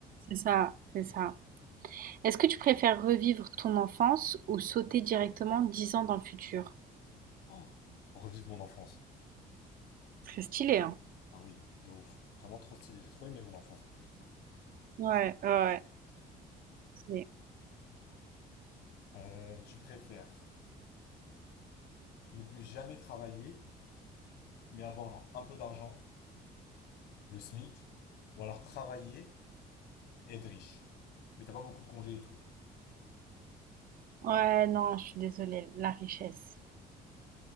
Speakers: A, on the right; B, on the left.
A: C'est ça, c'est ça. Est-ce que tu préfères revivre ton enfance ou sauter directement 10 ans dans le futur?
B: Oh! Revive mon enfance.
A: Très stylé, hein?
B: Ah oui, de ouf. Vraiment trop stylé. J'ai trop aimé mon enfance en plus.
A: Ouais, ouais, ouais. Stylé.
B: Euh, tu préfères ne plus jamais travailler, mais avoir genre un peu d'argent, le SMIC, ou alors travailler et être riche. Mais t'as pas beaucoup de congés et tout.
A: Ouais, non, je suis désolée, la richesse.